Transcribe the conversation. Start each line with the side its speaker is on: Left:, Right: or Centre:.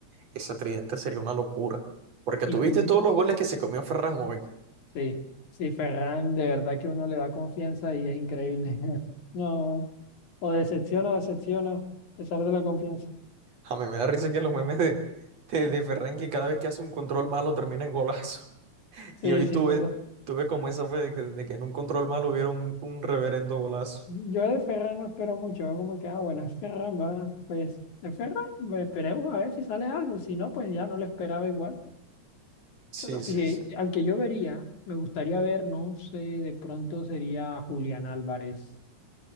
Right: ese tridente sería una locura. Porque
Left: Y
Right: tuviste
Left: Jul-
Right: todos los goles que se comió Ferran hoy.
Left: sí, sí, Ferran, de verdad que uno le da confianza y es increíble. <laughs> No, o decepciona, decepciona, a pesar de la confianza.
Right: A mí me da risa que los memes de, de, de Ferran que cada vez que hace un control malo termina en golazo. <laughs>
Left: Sí,
Right: Y hoy
Left: sí,
Right: tuve,
Left: sí,
Right: tuve como esa fe de que, de que en un control malo hubiera un, un reverendo golazo.
Left: Yo de Ferran no espero mucho, veo como que, ah, bueno, es Ferran, va, pues, es Ferran, pues, esperemos a ver si sale algo, si no, pues ya no lo esperaba igual.
Right: Sí,
Left: Pero sí,
Right: sí, sí.
Left: al que yo vería, me gustaría ver, no sé, de pronto sería Julián Álvarez